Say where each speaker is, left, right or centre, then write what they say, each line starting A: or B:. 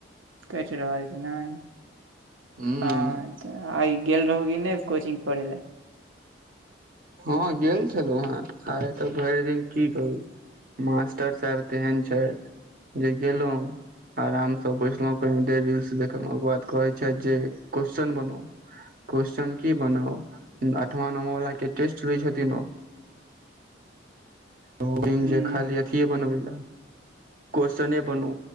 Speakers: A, on the right (about 85°); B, on the right (about 45°).
A: कटि रहल छै नहि
B: हूँ
A: हाँ तऽ आइ गेल रहौं की नहि कोचिंग पढ़ैलए?
B: हॅं गेल छलहुँ हेँ आइ तऽ भरि दिन की कहुँ मास्टर साहेब तेहन छथि जे गेलहुँ आराम स बैसलहुँ कनि देर रील्स देखलहुँ ओकर बाद कहे छैथ जे क्वेश्चन बनो क्वेश्चन की बनाउ आठवां, नवां वला के टेस्ट लै छथिन ओ ओ <unintelligible>
A: हूँ
B: जे खाली अथीये बनबै लै क्वेस्चने बनो